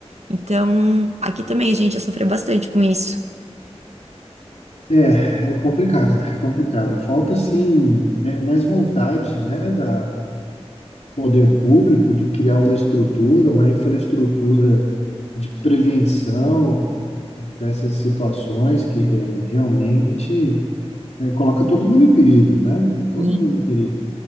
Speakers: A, on the right (about 85°); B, on the left (about 85°).
A: Então, aqui também a gente já sofreu bastante com isso.
B: É, é complicado, é complicado. Falta, sim é, mais vontade, né, da poder público de criar uma estrutura, uma infraestrutura de prevenção dessas situações que é, realmente é, coloca todo mundo em perigo, né? Todo
A: Sim,
B: mundo em perigo.